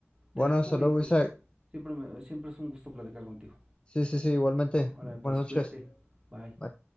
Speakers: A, on the right; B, on the left.
A: te
B: Bueno,
A: dejo
B: hasta luego,
A: y pues
B: Isaac.
A: siempre me, siempre es un gusto platicar contigo.
B: Sí, sí, sí, igualmente.
A: Ahora, pues
B: Buenas noches.
A: cuídate. Bye.
B: Bye.